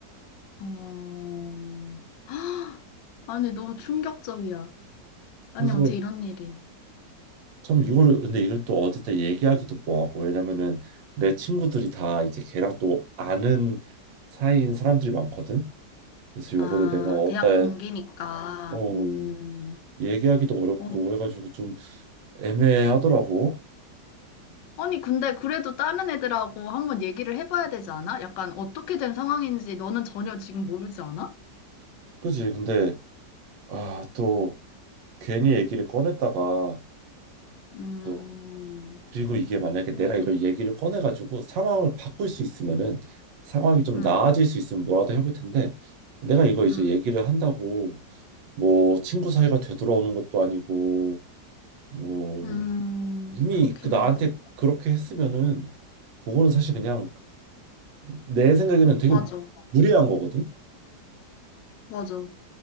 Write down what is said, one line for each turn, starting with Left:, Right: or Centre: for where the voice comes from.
Left: 어, <gasps> 아니, 너무 충격적이야. 아니,
Right: 그래서
Left: 어떻게 이런 일이.
Right: 참 이거를 근데 이걸 또 어디다 얘기하기도 뭐하고 왜냐면은 내 친구들이 다 이제 걔랑 또 아는 사이인 사람들이 많거든. 그래서 요거를
Left: 아,
Right: 내가 어디다
Left: 대학 동기니까,
Right: 어
Left: 음,
Right: 얘기하기도 어렵고
Left: 어,
Right: 해가지고 좀 애매하더라고.
Left: 아니, 근데 그래도 다른 애들하고 한번 얘기를 해봐야 되지 않아? 약간 어떻게 된 상황인지 너는 전혀 지금 모르지 않아?
Right: 그지? 근데 아, 또 괜히 얘기를 꺼냈다가
Left: 음,
Right: 또 그리고 이게 만약에 내가
Left: 음.
Right: 이걸 얘기를 꺼내가지고 상황을 바꿀 수 있으면은 상황이 좀
Left: 음,
Right: 나아질 수 있으면 뭐라도 해볼 텐데 내가 이거 이제
Left: 음,
Right: 얘기를 한다고 뭐 친구 사이가 되돌아오는 것도 아니고 뭐
Left: 음,
Right: 이미
Left: 그렇긴
Right: 그 나한테
Left: 하다.
Right: 그렇게 했으면은 그거는 사실 그냥 내 생각에는 되게
Left: 맞아,
Right: 무리한 거거든.
Left: 맞아.